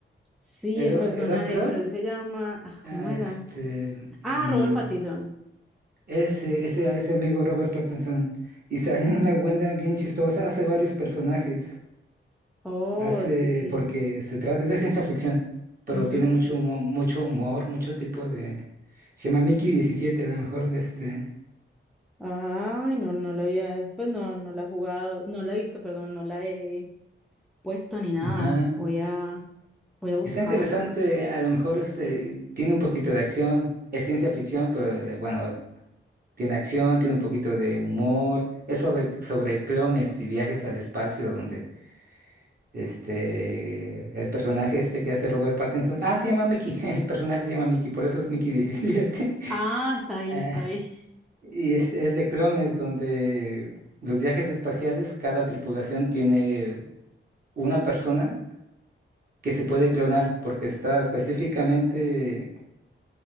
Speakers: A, in the centre; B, on the right.
A: Sí,
B: Edward,
A: el personaje,
B: Edward Crowe.
A: pero él se llama, ah,
B: Ah,
A: ¿cómo era?
B: este, mm,
A: Ah, Robert Pattinson.
B: ese, ese, ese amigo Robert Pattinson y sale en una buena bien chistosa, hace varios personajes.
A: Oh,
B: Hace,
A: sí, sí.
B: porque se trata, es de ciencia ficción, pero
A: Ujú.
B: tiene mucho humor, mucho humor, mucho tipo de... Se llama Mickey diecisiete a lo mejor de este...
A: Ay, no, no la había, pues no, no la he jugado, no la he visto, perdón, no la he puesto ni nada.
B: Ajá.
A: Voy a, voy a buscarla.
B: Está interesante, a lo mejor este, tiene un poquito de acción, es ciencia ficción, pero eh, bueno, tiene acción, tiene un poquito de humor, es sobre, sobre clones y viajes al espacio donde este, el personaje este que hace Robert Pattinson, ah, se llama Mickey, <laughs> el personaje se llama Mickey, por eso es Mickey diecisiete <laughs>
A: Ah, está bien, está bien. <laughs>
B: Y es, es de clones donde los viajes espaciales, cada tripulación tiene una persona que se puede clonar porque está específicamente,